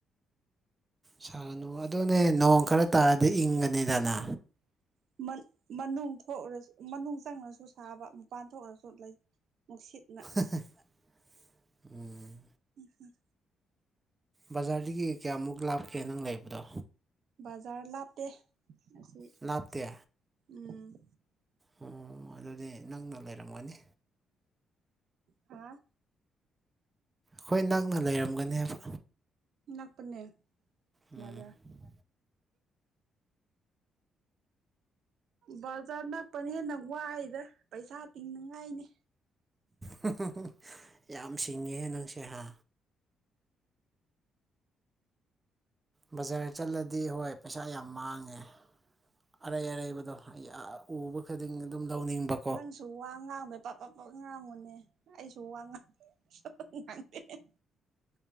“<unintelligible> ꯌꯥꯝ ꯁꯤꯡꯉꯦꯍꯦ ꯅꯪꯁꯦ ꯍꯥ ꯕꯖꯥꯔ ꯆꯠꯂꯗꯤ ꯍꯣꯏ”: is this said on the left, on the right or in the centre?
Right